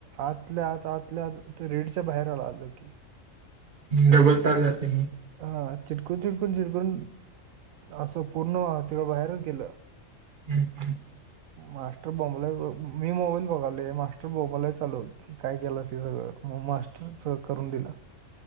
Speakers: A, on the right; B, on the right.
A: आतल्या आत आतल्या आत ते रिडच्या बाहेर आला आलं की.
B: डबल तार जाते मग.
A: हा चिटकून चिटकून चिटकून असं पूर्ण तेव्हा बाहेरच गेलं.
B: हम् हम्.
A: मास्टर बोंबलालत मी मोबाईल बघालोय मास्टर बोंबलत चलो की काय केलं हे सगळं मग मास्टर सग करून दिला.